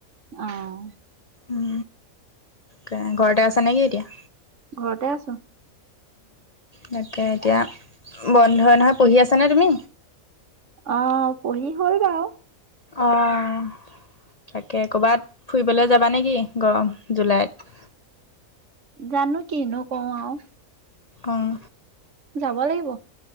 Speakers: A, on the right; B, on the left.
A: অহ
B: উ তাকে ঘৰতে আছা নেকি এতিয়া
A: ঘৰতে আছোঁ।
B: তাকে এতিয়া বন্ধই নহয় পঢ়ি আছানে তুমি
A: অ পঢ়ি হ'ল বাও
B: অঁহ তাকে কৰ'বাত ফুৰিবলৈ যাবা নেকি গৰম জুলাইত
A: জানো কিনো কওঁ আও
B: অহ
A: যাব লাগিব।